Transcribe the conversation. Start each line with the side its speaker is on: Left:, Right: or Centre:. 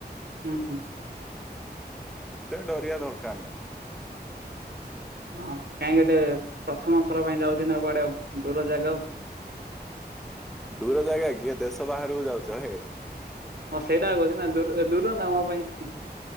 Right: ହୁଁ-ହୁଁ
Centre: ତେଣୁ ଡରିବା ଦରକାରନାଇ।
Right: ହଁ କାହିଁକି କହିଲେ ପ୍ରଥମ ଥର ପାଇଁ ଯାଉଛି ନା କୁଆଡେ ଦୂର ଜାଗାକୁ।
Centre: ଦୂର ଜାଗା କିଏ ଦେଶ ବାହାରକୁ ଯାଉଛ ହେ।
Right: ହଁ ସେଇଟା କହୁଛି ନା ଦୂର ଦୂରନା ମୋ ପାଇଁ।